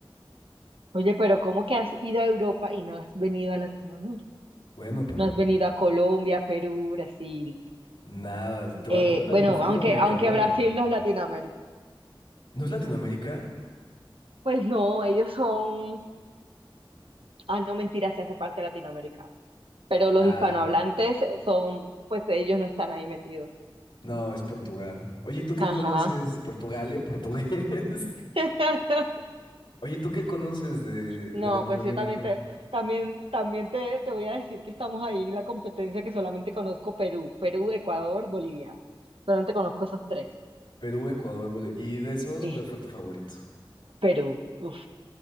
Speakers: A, on the right (about 85°); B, on the left (about 75°).
A: Oye, pero ¿cómo que has ido a Europa y no has venido a Latinoamérica?
B: Bueno, pero
A: No has venido a Colombia, Perú, Brasil.
B: nada, te voy
A: Eh,
B: a contar,
A: bueno,
B: me fui
A: aunque,
B: con beca
A: aunque
B: a Europa.
A: Brasil no es Latinoamérica.
B: ¿No es Latinoamérica?
A: Pues no, ellos son... Ah, no, mentira, sí hace parte de Latinoamérica. Pero los
B: Ah,
A: hispanohablantes son, pues ellos no están ahí metidos.
B: No, es Portugal. Oye, ¿tú qué conoces?
A: Ajá.
B: Portugal, ¿eh? Portugués.
A: <laughs>
B: <laughs> Oye, ¿tú qué conoces de,
A: No,
B: de Latinoamérica?
A: pues yo también te, también, también te, te voy a decir que estamos ahí en la competencia que solamente conozco Perú, Perú, Ecuador, Bolivia. Solamente conozco esos tres.
B: Perú, Ecuador, Bolivia. ¿Y de esos,
A: Eh,
B: cuál fue tu favorito?
A: Perú, uf,